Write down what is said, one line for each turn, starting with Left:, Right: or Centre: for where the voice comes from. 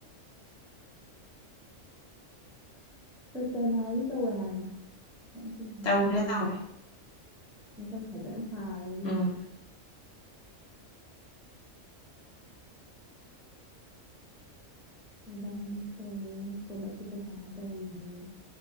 Centre: ꯔꯇꯅꯥꯁꯨ ꯇꯧꯋꯦ ꯍꯥꯏꯕꯅꯤ ꯁꯝ ꯇꯤꯡꯍꯜꯂꯦ
Left: ꯇꯧꯔꯦ
Centre: ꯔꯇꯅꯥ
Left: ꯇꯧꯔꯦ
Centre: ꯃꯁꯝ ꯐꯖꯅ ꯐꯥꯔꯦ ꯑꯗꯨꯨꯝꯗꯤ
Left: ꯎꯝ
Centre: ꯃꯕꯥꯅꯤ ꯇꯧꯔꯨꯅꯤ ꯏꯁꯀꯣꯂꯔꯁꯤꯞ ꯄꯩꯁꯥꯅꯤ ꯇꯧꯔꯤꯅꯦꯌꯦ